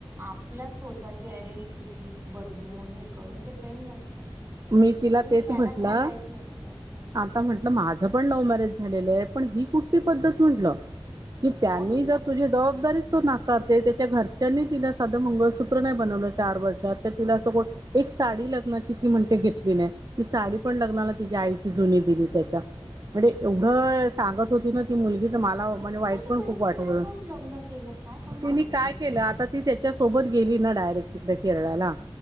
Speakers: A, on the right (about 20°); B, on the right (about 40°).
A: आपल्या स्वतःचे आयडेंटिटी बदलून हे करून ते प्रेम नसत.
B: मी तिला
A: आणि
B: तेच
A: त्याला
B: म्हटलं
A: काही लाईट नसतं हा.
B: आता म्हटलं माझं पण लव्ह मॅरेज झालेलं आहे पण ही कुठली पद्धत म्हटलं कि त्यांनी
A: ऑब्विसली
B: जर तुझी जबाबदारी नाकारते त्याच्या घरच्यांनी तिला साधं मंगळसूत्र नाही बनवलं चार वर्षात तर तिला असं गोठ एक साडी लग्नाची ती म्हणते घेतली नाही ती साडी पण लग्नाला तिच्या आईची जुनी दिली त्याच्या म्हणजे
A: बापरे
B: एवढं सांगत होती ना ती मुलगी तर मला म्हणे वाईट
A: म्हणजे
B: पण
A: महिने
B: खूप वाटत
A: काय पाहून लग्न केलं काय पाहून
B: तिने
A: लग्न
B: काय
A: हिने
B: केलं आता ती त्या च्या सोबत गेली ना डायरेक्ट तिकडे केरळला